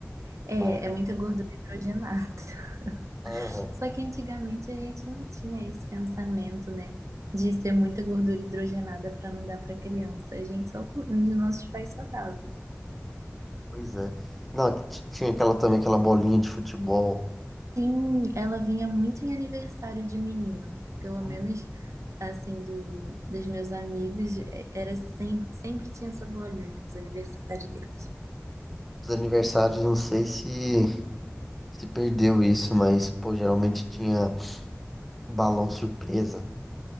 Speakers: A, on the right; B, in the centre.
A: É,
B: Mas,
A: é muita gordura hidrogenada. <laughs>
B: ah,
A: Só que antigamente a gente não tinha esse pensamento, né? De ser muita gordura hidrogenada para não dar para criança. A gente só, com- os nossos pais só davam.
B: pois é. Não, t- tinha aquela também, aquela bolinha de futebol.
A: Sim, ela vinha muito em aniversário de menino. Pelo
B: Hum,
A: menos, assim, do, dos meus amigos, é- era sempre, sempre tinha essa bolinha nos aniversários deles.
B: Os aniversários, não sei se se perdeu isso, mas, pô, geralmente tinha balão surpresa.